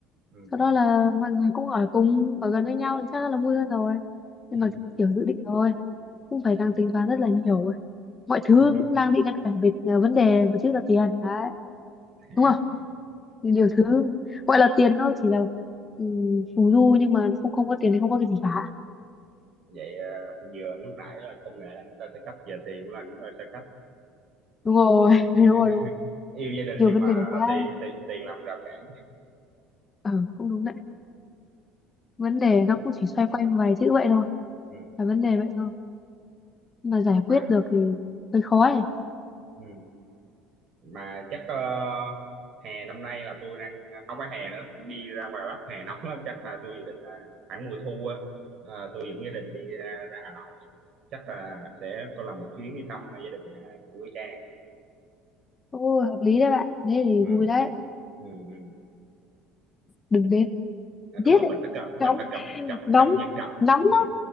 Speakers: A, on the right; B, on the left.
A: ừ
B: sau đó là mọi người cũng ở cùng ở gần với nhau thì chắc là vui hơn rồi nhưng
A: ừ
B: mà kiểu dự định rồi cũng phải đang
A: ừ
B: tính toán rất là nhiều rồi. mọi thứ
A: ừ
B: cũng đang bị ngăn cản về à, vấn đề một chữ là tiền đấy
A: <laughs>
B: đúng không Thì nhiều thứ gọi là tiền nó chỉ là um, phù du nhưng mà nó không không có tiền thì không có cái gì cả
A: vậy ờ, thì vừa lúc nãy là công nghệ là chúng ta sẽ cấp về tiền cũng là chúng ta sẽ cấp
B: đúng rồi <laughs> đúng
A: <laughs>
B: rồi đúng rồi
A: yêu gia đình
B: nhiều
A: nhưng
B: vấn
A: mà
B: đề quá
A: tiền tiền tiền làm rào cản
B: ờ cũng đúng đấy vấn đề
A: ừ.
B: nó cũng chỉ xoay quanh vài chữ vậy thôi
A: ừ.
B: là vấn đề vậy thôi nhưng mà giải
A: mà
B: quyết được thì hơi khó ấy.
A: ừ. mà chắc ờ, hè năm nay là tôi đang ờ, không phải hè nữa đi ra ngoài Bắc hè nóng lắm chắc là tôi dự định là khoảng mùa thu á ờ, tôi dẫn gia đình đi ra, ra Hà Nội chắc là sẽ có làm một chuyến đi thăm gia đình à, của cha.
B: Ồ, hợp lý đấy bạn thế thì
A: ừ,
B: vui đấy
A: ừ, ừ.
B: đừng đến
A: À,
B: điếc
A: đúng rồi
B: ấy.
A: mình phải cập mình
B: nóng
A: phải cập cập
B: nóng
A: cập nhật cập
B: nóng
A: ừ,
B: nó